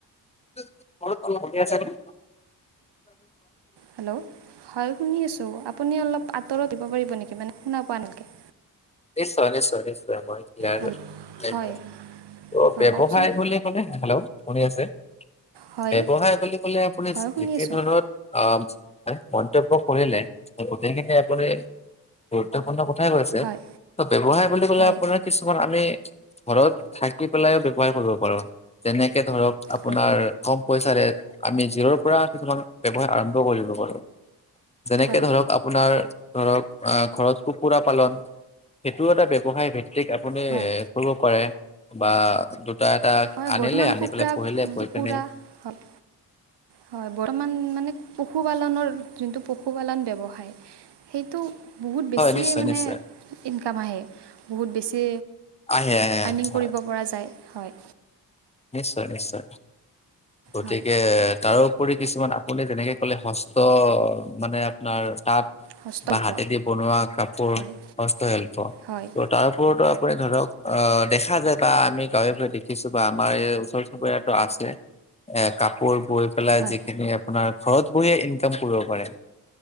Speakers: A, on the left; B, on the right.
A: <unintelligible> অ' শুনি আছেনে।
B: হেল্ল', হয় শুনি আছোঁ, আপুনি অলপ আঁতৰত দিব পাৰিব নেকি মানে শুনা পোৱা নাই ভালকে।
A: নিশ্চয়, নিশ্চয়-নিশ্চয়, মই
B: হেল্ল'
A: <unintelligible>
B: হয়
A: ত'
B: হয়
A: ব্যৱসায়
B: কওকচোন
A: বুলি ক'লে হেল্ল', শুনি আছে।
B: হয়
A: ব্যৱসায় বুলি ক'লে আপুনি
B: হয় শুনি
A: যিকে
B: আছোঁ
A: ধৰণত অ', মানে মন্তব্য কৰিলে, সেই গোটেইখিনি আপুনি গুৰুত্বপূৰ্ণ কথাই কৈছে,
B: হয়
A: ত' ব্যৱসায় বুলি ক'লে
B: হয়
A: আপোনাৰ কিছুমান আমি ঘৰত থাকি পেলাই ব্যৱসায় কৰিব পাৰো, যেনেকে ধৰক আপোনাৰ
B: হয়
A: কম পইচাৰে আমি জিৰ'ৰ পৰা কিছুমান ব্যৱসায় আৰম্ভ কৰিব পাৰো। যেনেকে
B: হয়
A: ধৰক আপোনাৰ ধৰক আ ঘৰত কুকুৰা পালন সেইটো এটা ব্যৱসায় ভিত্তিক আপুনি
B: হয়
A: কৰিব পাৰে বা ত <unintelligible> এটা
B: হয়
A: আনিলে,
B: বৰ্তমান
A: আনি
B: কুকুৰা
A: পেলাই পুহিলে পুহি
B: কুকুৰা
A: পিনি
B: হয় হয় বৰ্তমান মানে প পশুপালনৰ যোনটো পশুপালন ব্যৱসায়, সেইটো বহুত বেছিয়ে
A: হয় নিশ্চয়
B: মানে
A: নিশ্চয়
B: ইনকাম আহে, বহুত বেছি
A: আহে আহে
B: আৰ্নিং
A: হয়
B: কৰিব পৰা যায়, হয়।
A: নিশ্চয়- নিশ্চয়, গতিকে
B: হয়
A: তাৰো কৰি কিছুমান আপুনি যেনেকে ক'লে হস্ত মানে আপোনাৰ তাত
B: হস্তশিল্প
A: বা হাতেদি বনোৱা কাপোৰ,
B: হয়
A: হস্তশিল্প,
B: হয় হয়
A: ত তাৰ ওপৰতো আপুনি ধৰক অ দেখা যায় বা আমি গাঁৱে ভুৱে দেখিছো বা আমাৰ এই ওচৰ চুবুৰীয়াটো আছে, এ কাপোৰ বৈ পেলাই
B: হয়
A: যিখিনি আপোনাৰ ঘৰত বইয়ে ইনকাম কৰিব পাৰে।